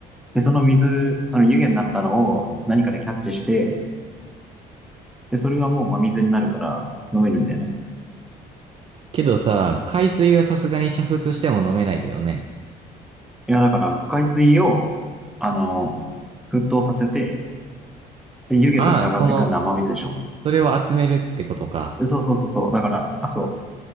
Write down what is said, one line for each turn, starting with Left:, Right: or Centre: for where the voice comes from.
Centre: で、その水、その湯気になったのを何かでキャッチして、で、それはもう真水になるから飲めるんだよね。
Right: けどさ、海水がさすがに煮沸しても飲めないだよね。
Centre: いや、だから海水を、あの、沸騰させて、で、湯気として上がってくるのは真水でしょ。
Right: ああ、その、それを集めるってことか。
Centre: でそうそうそうそう。だから、あ、そ